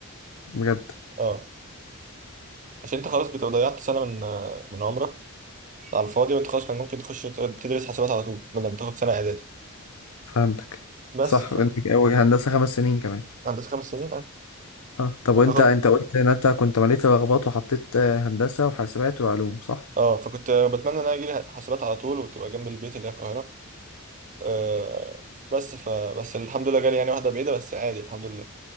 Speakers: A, on the left; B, on the right.
A: بجد
B: اه عشان انت خلاص بتبقى ضيعت سنه من من عمرك على الفاضي وانت خلاص كان ممكن تخش تدرس حاسبات على طول بدل ما تاخد سنه اعدادي
A: فهمتك
B: بس
A: صح
B: ف...
A: وأنت ك- هندسة خمس سنين كمان
B: هندسه خمس سنين اه
A: أه طب
B: وبتاخد
A: وأنت أنت قلت إن أنت كنت مليت رغبات وحطيت آه، هندسة وحاسبات وعلوم صح؟
B: اه فكنت بتمنى ان انا اجي حاسبات على طول وتبقى جنب البيت اللي هي القاهره آه بس ف بس الحمد لله جالي يعني واحدة بعيدة بس عادي الحمد لله